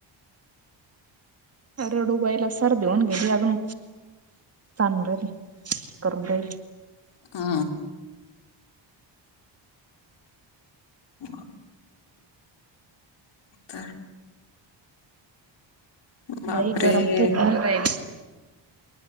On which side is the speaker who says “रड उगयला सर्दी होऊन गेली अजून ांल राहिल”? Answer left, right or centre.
Right